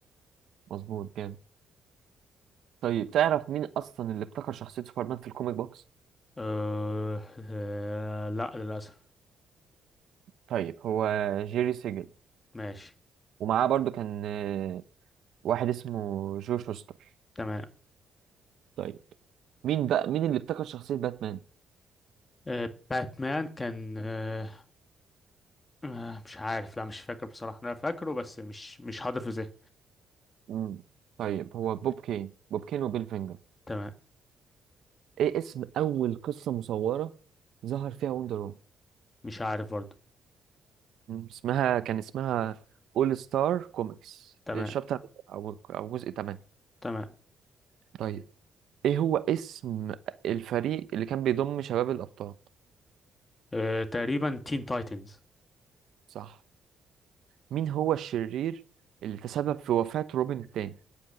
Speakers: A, on the right; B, on the left.
A: مظبوط جامد طيب تعرف مين اصلا اللي ابتكر شخصية سوبرمان في الكوميك بوكس
B: آه... آه... لا للأسف
A: طيب هو جيري سيجل
B: ماشي
A: ومعاه برضو كان آه، واحد اسمه جو شوستر
B: تمام
A: طيب مين بقى مين اللي ابتكر شخصية باتمان
B: آه... باتمان كان آه... آه... مش عارف لا مش فاكر بصراحة أنا فاكره بس مش مش حاضر في ذهني
A: مم. طيب هو بوب كين بوب كين وبيل فينجر
B: تمام
A: ايه اسم اول قصة مصورة ظهر فيها وندر وومن
B: مش عارف برضه
A: مم. اسمها كان اسمها اول ستار كوميكس
B: تمام
A: شابتر او او جزء 8
B: تمام
A: طيب ايه هو اسم الفريق اللي كان بيضم شباب الابطال
B: آه... تقريبا تين تايتنز
A: صح مين هو الشرير اللي تسبب في وفاة روبن التاني